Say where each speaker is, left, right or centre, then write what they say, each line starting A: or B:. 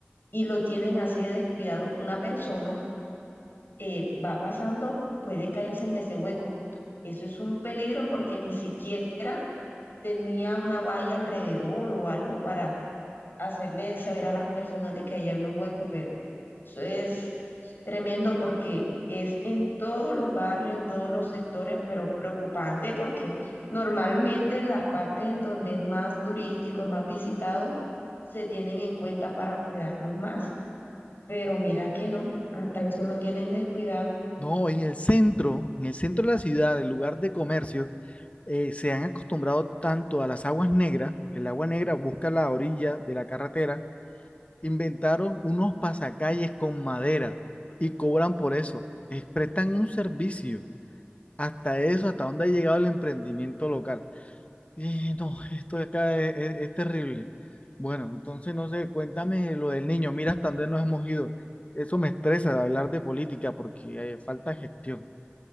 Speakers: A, on the left; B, on the left.
A: y lo tienen así de descuidado. Una persona eh, va pasando, puede caerse en ese hueco. Eso es un peligro porque ni siquiera tenía una valla alrededor o algo para hacerle saber a las personas de que ahí había un hueco, pero eso es tremendo porque es en todos los barrios, en todos los sectores, pero preocupante porque normalmente las partes en donde es más turístico, es más visitado, se tienen en cuenta para cuidarlos más, pero mira que no, hasta eso lo tienen descuidado.
B: No, en el centro, en el centro de la ciudad, el lugar de comercio. eh, se han acostumbrado tanto a las aguas negras, que el agua negra busca la orilla de la carretera, inventaron unos pasacalles con madera y cobran por eso. Eh, prestan un servicio. Hasta eso, hasta dónde ha llegado el emprendimiento local. Y no, esto de acá es, es- es terrible. Bueno, entonces no sé, cuéntame lo del niño. Mira hasta dónde nos hemos ido. Eso me estresa de hablar de política porque eh, falta gestión.